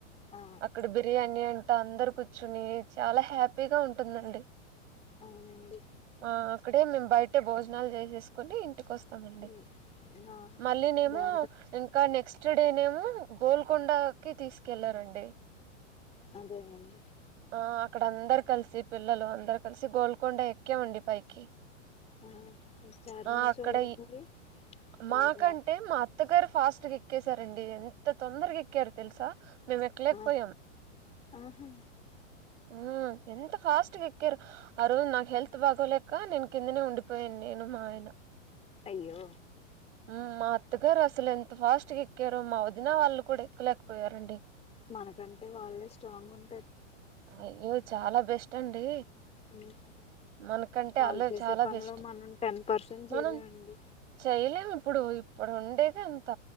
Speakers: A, on the left; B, on the right.
A: ఆ
B: అక్కడ బిర్యానీ అం టా అందరు కూర్చుని చాలా హ్యాపీగా ఉంటుందండి.
A: అవునండి
B: ఆ ఇక్కడే మేము బయట భోజనాలు చేసేసుకుని ఇంటికి వస్తాం. వస్తామండి
A: ఉమ్, ఆ
B: మళ్ళీ నేమో
A: బాగుంటది
B: ఇంకా నెక్స్ట్ చూడనేమో గోల్కొండకిి తీసుకెళ్లారండి
A: అదేనండి
B: ఆ అక్కడ అందరు కలిసి పిల్లలు అందరు కలిసి గోల్కొండ ఎక్కే ఉండి పైకి.
A: ఆ చార్మినార్
B: ఆ అక్కడ
A: చూడలేదండి చార్మినార్
B: మాకంటే మా అత్తగారు ఫాస్ట్ స్ట్ ఎక్కేసారండి ఎంత తొందర్ గేక్కర్ తెల్సా మేమ్ ఎక్కలేకపోయాం.
A: ఆ ఆహా
B: ఉహ్మ్ ఎంత ఫాస్ట్గా ఎక్కారు ఆ రోజు నాకు హెల్త్ బాగోలేక నేను కిందనే ఉండిపోయాను నేను మా ఆయన
A: అయ్యో
B: మ్మ్ మా అత్తగారు అసలు ఎంత ఫాస్ట్గా ఎక్కారో మా వదిన వాళ్ళు కూడా ఎక్కలేకపోయారండి.
A: మనకంటే వాళ్ళే స్ట్రాంగ్ ఉం
B: అయ్యో చాలా బెస్ టండి
A: ఉమ్,
B: మనకంటే
A: వాళ్ళు
B: అల్లు
A: చేసే
B: చాలా
A: పనిలో
B: బెస్ట్
A: మనం టెన్ పర్సెంట్
B: మనం
A: చేయలేమండి
B: చేయలేం ఇప్పుడు ప్పుడు ఉండేది అంత